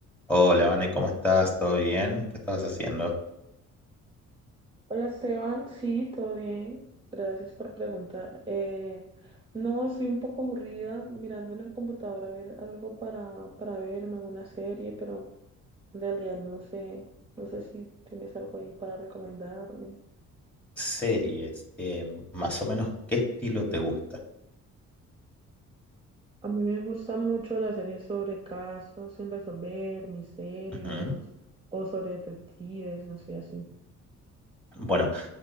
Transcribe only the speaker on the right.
Hola Esteban, sí, todo bien. Gracias por preguntar. Eh, no, estoy un poco aburrida mirando en el computador a ver algo para, para verme, alguna serie, pero en realidad no sé, no sé si tienes algo ahí para recomendarme.
A mí me gusta mucho las series sobre casos sin resolver, misterios
o sobre detectives, no sé, así.